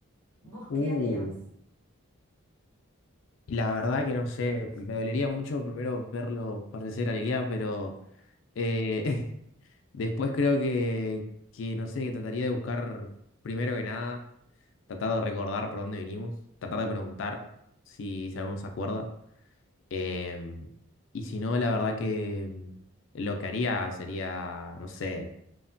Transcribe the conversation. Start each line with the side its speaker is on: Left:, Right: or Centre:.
Right: ¿Vos
Left: Uh,
Right: qué harías?
Left: la verdad que no sé. Me dolería mucho primero verlo parecer al guía, pero eh, <laughs> después creo que, que, no sé, que trataría de buscar, primero que nada, tratar de recordar por dónde vinimos, tratar de preguntar si, si alguno se acuerda. Em, y si no, la verdad que mm, lo que haría sería, no sé,